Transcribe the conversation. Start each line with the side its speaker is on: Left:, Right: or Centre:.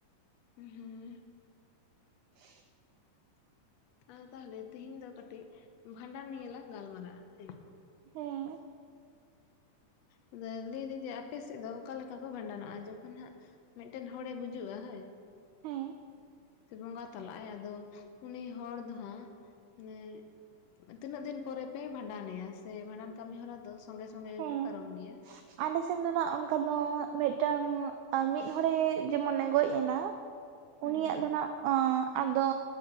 Left: ᱦᱩᱸ
Right: <inaudible>
Left: ᱟᱫᱚ ᱛᱟᱦᱚᱞᱮ ᱛᱮᱦᱤᱧ ᱫᱚ ᱠᱟᱹᱴᱤᱡ ᱵᱷᱟᱰᱟᱱ ᱱᱤᱭᱮᱞᱟᱝ ᱜᱟᱞᱢᱟᱨᱟᱜ-ᱟ ᱦᱚᱭ
Right: ᱦᱮᱸ
Left: ᱦᱮᱸ ᱟᱫᱚ ᱞᱟᱹᱭᱫᱟᱹᱧ ᱡᱮ ᱟᱯᱮ ᱥᱮᱫ ᱫᱚ ᱚᱠᱟᱮ ᱞᱮᱠᱟ ᱠᱚ ᱵᱷᱟᱸᱰᱟᱱᱚᱜ-ᱟ ᱡᱚᱠᱷᱚᱱ ᱦᱟᱸᱜ ᱢᱤᱫᱴᱮᱱ ᱦᱚᱲᱮ ᱜᱩᱡᱩᱜ-ᱟ ᱦᱳᱭ
Right: ᱦᱮᱸ
Left: ᱥᱮ ᱵᱚᱸᱜᱟ ᱛᱟᱞᱟᱜ-ᱟᱭ ᱟᱫᱚ ᱩᱱᱤ ᱦᱚᱲ ᱫᱚᱦᱟᱸᱜ ᱢᱟᱱᱮ ᱛᱤᱱᱟᱹᱜ ᱫᱤᱱ ᱯᱚᱨᱮ ᱯᱮ ᱵᱷᱟᱸᱰᱟ ᱱᱮᱭᱟ ᱥᱮ ᱵᱷᱟᱸᱰᱟᱱ ᱠᱟᱹᱢᱤ ᱦᱚᱨᱟ ᱫᱚ ᱥᱚᱸᱜᱮ ᱥᱚᱸᱜᱮ
Right: ᱦᱮᱸ
Left: ᱜᱮᱯᱮ ᱯᱟᱨᱚᱢ ᱜᱮᱭᱟ᱾
Right: ᱟᱞᱮ ᱥᱮᱱ ᱫᱚ ᱱᱟᱜ ᱚᱱᱠᱟ ᱫᱚ ᱢᱤᱫᱴᱟᱝ ᱢᱤᱫ ᱦᱚᱲᱮ ᱡᱮᱢᱚᱱᱮ ᱜᱚᱡ ᱮᱱᱟ <inaudible> ᱩᱱᱤᱭᱟᱜ
Left: ᱦᱳᱭ ᱦᱳᱭ᱾
Right: ᱫᱚ ᱱᱟᱜ ᱟᱫᱚ